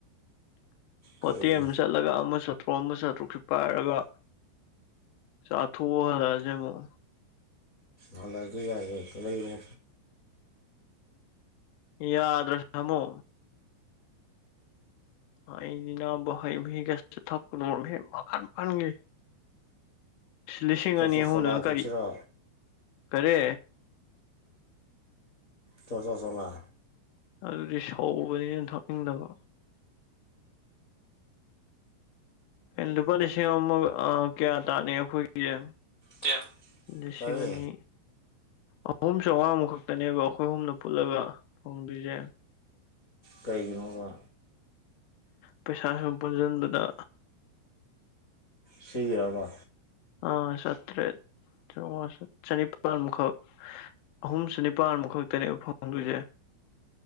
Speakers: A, on the left; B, on the left.
A: ꯀꯔꯤ
B: ꯍꯣꯇꯦꯜꯗ ꯆꯠꯂꯒ ꯑꯃꯁꯨ ꯆꯥꯇ꯭ꯔꯨꯛ ꯑꯃ ꯆꯥꯇ꯭ꯔꯨꯛꯁꯦ ꯄꯥꯏꯔꯒ ꯆꯥꯊꯣꯛꯎ ꯍꯜꯂꯛꯑꯁꯦ ꯑꯃꯨꯛ
A: ꯍꯜꯂꯛꯑꯁꯨ ꯌꯥꯏꯌꯦ ꯂꯩꯔꯣ
B: ꯌꯥꯗ꯭ꯔꯦ ꯁꯃꯣ ꯑꯩꯗꯤ ꯅꯕ ꯍꯩꯃꯍꯤꯒꯁꯦ ꯊꯛꯄꯒꯨꯝꯕ ꯍꯦꯛ ꯄꯈꯠ ꯃꯟꯒꯤ ꯂꯤꯁꯤꯡ
A: ꯆꯣ
B: ꯑꯅꯤ
A: ꯆꯣ
B: ꯑꯍꯨꯝꯗꯨꯅ
A: ꯆꯣꯂꯥ ꯊꯛꯁꯤꯔꯣ
B: ꯀꯔꯤ ꯀꯔꯤ
A: ꯆꯣ ꯆꯣ ꯆꯣꯂꯥ
B: ꯑꯗꯨꯗꯤ ꯁꯧꯕꯅꯤꯅ ꯊꯛꯅꯤꯡꯇꯕ ꯂꯨꯄꯥ ꯂꯤꯁꯤꯡ ꯑꯃꯨꯒ ꯑꯥ ꯀꯌꯥ ꯇꯥꯅꯤ ꯑꯩꯈꯣꯏꯒꯤꯁꯦ
A: ꯇꯦꯝ
B: ꯂꯤꯁꯤꯡ
A: ꯀꯔꯤ
B: ꯑꯅꯤ ꯑꯍꯨꯝ ꯆꯃꯉꯥꯈꯛꯇꯅꯦꯕ ꯑꯩꯈꯣꯏ ꯑꯍꯨꯝꯗ ꯄꯨꯜꯂꯒ ꯐꯪꯗꯣꯏꯁꯦ
A: ꯀꯩꯒꯤꯅꯣꯕ
B: ꯄꯩꯁꯥꯁꯨꯝ ꯄꯨꯟꯁꯤꯟꯕꯗ
A: ꯁꯤꯒꯤꯔꯕ
B: ꯑꯥ ꯆꯥꯇ꯭ꯔꯦꯠ ꯆꯃꯉ ꯆꯅꯤꯄꯥꯜꯃꯨꯈꯛ ꯑꯍꯨꯝ ꯆꯅꯤꯄꯥꯥꯟꯃꯨꯈꯛꯇꯅꯦꯕ ꯐꯪꯗꯣꯏꯁꯦ